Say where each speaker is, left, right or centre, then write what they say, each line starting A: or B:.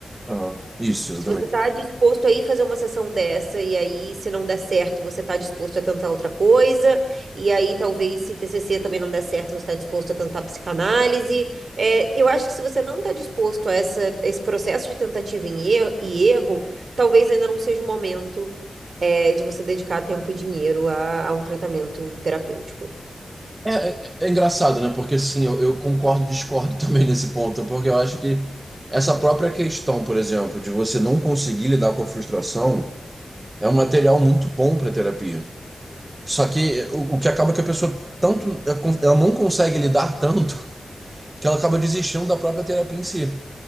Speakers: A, on the right (about 20°); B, on the right (about 60°).
A: Aham. Isso, exatamente.
B: Se você está disposto a ir fazer uma sessão dessa, e aí, se não der certo, você está disposto a tentar outra coisa, e aí, talvez, se TCC também não der certo, você está disposto a tentar psicanálise. É, eu acho que se você não está disposto a essa, a esse processo de tentativa em er- e erro, talvez ainda não seja o momento, é, de você dedicar tempo e dinheiro a a um tratamento terapêutico.
A: É, é, é engraçado, né? Porque sim, eu, eu concordo e discordo <laughs> também nesse ponto, porque eu acho que essa própria questão, por exemplo, de você não conseguir lidar com a frustração, é um material muito bom para terapia. Só que eh, o, o que acaba é que a pessoa tanto ela não consegue lidar <laughs> tanto que ela acaba desistindo da própria terapia em si.